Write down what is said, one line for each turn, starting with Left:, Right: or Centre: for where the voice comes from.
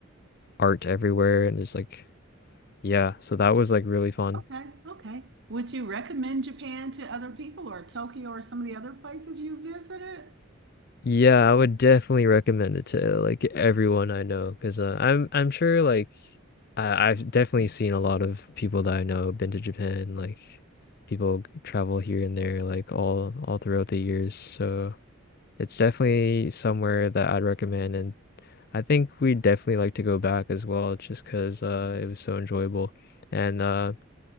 Left: art everywhere and there's like yeah so that was like really fun
Right: Okay, okay. Would you recommend Japan to other people or Tokyo or some of the other places you visited?
Left: Yeah, I would definitely recommend it to like everyone I know because uh, I'm I'm sure like I, I've definitely seen a lot of people that I know have been to Japan. Like people travel here and there like all all throughout the years. So it's definitely somewhere that I'd recommend, and I think we'd definitely like to go back as well, just because uh, it was so enjoyable. And uh,